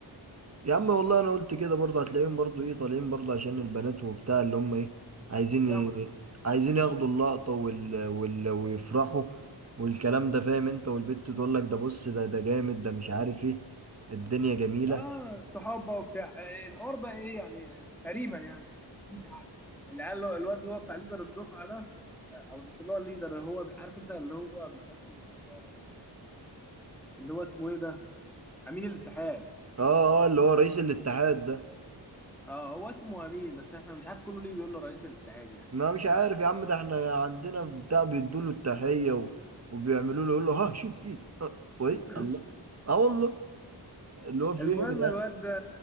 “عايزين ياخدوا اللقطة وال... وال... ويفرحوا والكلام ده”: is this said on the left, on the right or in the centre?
Right